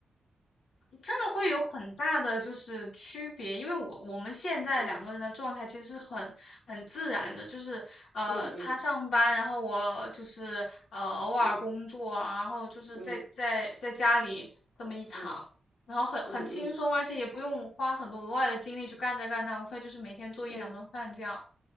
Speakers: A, on the left; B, on the left.
A: 真的会有很大的就是区别，因为我我们现在两个人的状态其实是很很自然的，
B: 嗯嗯
A: 就是呃他上班，
B: 嗯
A: 然后我就是呃偶尔工作啊，
B: 嗯嗯
A: 然后就是在在在家里这么一场，
B: 嗯嗯
A: 然后很很轻松，
B: 嗯嗯，
A: 而且也不用花很多额外的精力去干这干那，无非就是每天做一两顿饭这样。
B: 对。